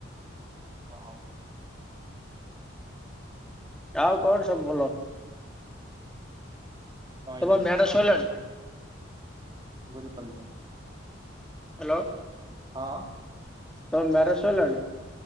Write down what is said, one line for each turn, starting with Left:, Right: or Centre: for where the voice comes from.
Right: ହଁ।
Centre: ଆଉ କଣ ସବୁ ଭଲ?
Right: କଣ ହେଇଛି?
Centre: ତମର ମ୍ୟାରେଜ ସଇଲାଣି?
Right: ବୁଝିପାରିଲିନି?
Centre: ହ୍ୟାଲୋ
Right: ହଁ
Centre: ତ ମ୍ୟାରେଜ ସଇଲାଣି